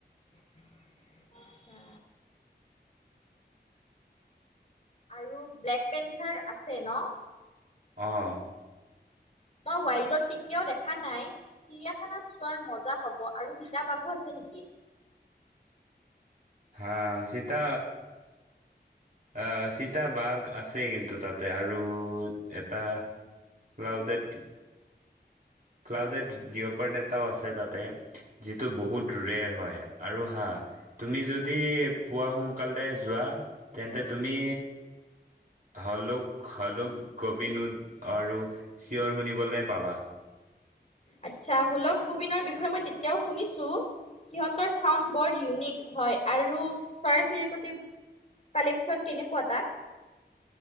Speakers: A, on the left; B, on the right.
A: <inaudible> আচ্ছা। আৰু ব্লেক পেন্থাৰ আছে ন?
B: অহ
A: মই ৱাইল্ডত কেতিয়াও দেখা নাই চিৰিয়াখানাত চোৱাৰ মজা হ'ব আৰু চিতা বাঘো আছে নেকি?
B: আ চিতা অ চিতা বাঘ আছেই কিন্তু তাতে আৰু এটা ক্লাউডেড, ক্লাউডেড ডিঅ পইণ্ট এটাও আছে তাতে যিটো বহুত ৰেয়ৰ হয় আৰু হা, তুমি যদি যদি পুৱা সোনকালে, যোৱা তেন্তে তুমি হালুক হালুক গ বিনোদ আৰু চিঞৰ শুনিবলৈ পাবা
A: আচ্ছা হোলক গোবিনৰ বিষয়ে মই তেতিয়াও শুনিছোঁ, সিহঁতৰ চাউণ্ড বৰ ইউনিক হয় আৰু চৰাই চিৰিকটিৰ কালেকন কেনেকুৱা তাত?